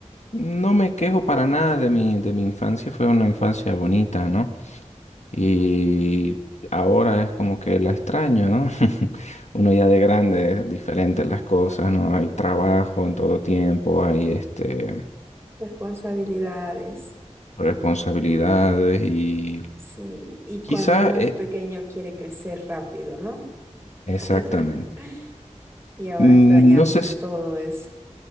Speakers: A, on the left; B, on the right.
A: no me quejo para nada de mi, de mi infancia, fue una infancia bonita, ¿no? Y ahora es como que la extraño, ¿no? <laughs> Uno ya de grande es diferente las cosas, ¿no? Hay trabajo en todo tiempo, hay este,
B: Responsabilidades,
A: responsabilidades y...
B: sí, y
A: Quizá
B: cuando uno
A: eh,
B: es pequeño quiere crecer rápido, ¿no?
A: Exactamente.
B: <laughs> Y ahora
A: Mm,
B: extrañamos
A: No sé si,
B: todo eso.